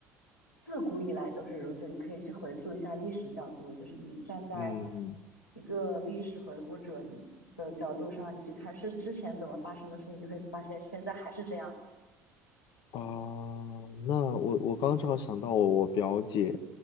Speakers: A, on the left; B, on the left.
A: 自古以来都是如此，你可以去回溯一下历史角度，就是你站在
B: 嗯。嗯
A: 一个历史回顾者的角度上，你去看是之前怎么发生的事情，你就会发现现在还是这样子。
B: 哦，那我我刚刚正好想到我我表姐，